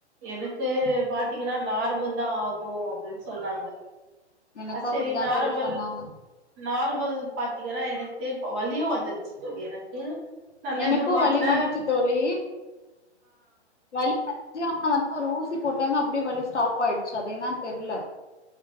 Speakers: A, on the right (about 25°); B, on the left (about 80°).
A: எனக்கு பாத்திங்கன்னா நார்மல்தா ஆகு அப்டின்னு சொன்னாங்க
B: எனக்கு
A: அது சேரி
B: அப்டிதா
A: நார்மல்
B: தோழி சொன்னாங்க
A: நார்மல் பாத்திங்கன்னா எனக்கு இப்ப வலியு வந்துருச்சு தோழி எனக்கு நா லேபர்
B: எனக்கு
A: வாட்ல
B: வலி வந்துச்சு தோழி வலி வந்துச்சு ஆனா வந்து ஒரு ஊசி போட்டாங்க அப்டியே வழி ஸ்டாப் ஆய்டுச்சு அது என்னான் தெரில